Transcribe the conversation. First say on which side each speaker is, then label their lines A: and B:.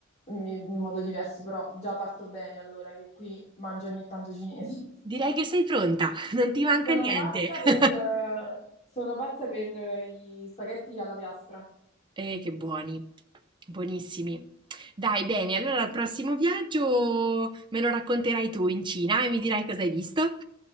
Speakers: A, on the left; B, on the right.
A: in in modo diverso, però già parto bene allora che qui mangio ogni tanto cinese.
B: Direi
A: <laughs>
B: che sei pronta, <laughs> non ti manca
A: Sono
B: niente.
A: pazza per,
B: <laughs>
A: eh, sono pazza per eh, gli spaghetti alla piastra.
B: Eh, che buoni, buonissimi. Dai, bene, allora al prossimo viaggio me lo racconterai tu in Cina e mi dirai cosa hai visto.